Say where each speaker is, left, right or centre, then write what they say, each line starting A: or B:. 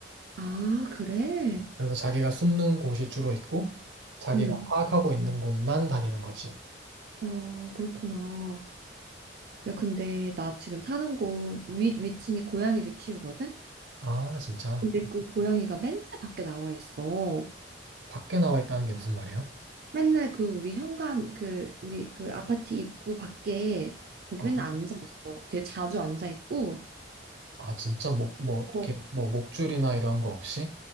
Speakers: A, on the right (about 55°); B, on the right (about 85°).
A: 아, 그래?
B: 그래서 자기가 숨는 곳이 주로 있고, 자기가
A: 음,
B: 파악하고 있는 곳만 다니는 거지.
A: 아, 그렇구나. 야, 근데 나 지금 사는 곳 위, 위층이 고양이를 키우거든?
B: 아, 진짜.
A: 근데 그 고양이가 맨날 밖에 나와 있어.
B: 밖에 나와 있다는 게 무슨 말이야?
A: 맨날 그 우리 현관 그 우리 그 아파트 입구 밖에 거기
B: 아,
A: 맨날 앉아 있어. 되게 자주 앉아 있고
B: 아, 진짜 목, 뭐, 이렇게,
A: 어,
B: 뭐, 목줄이나 이런 거 없이?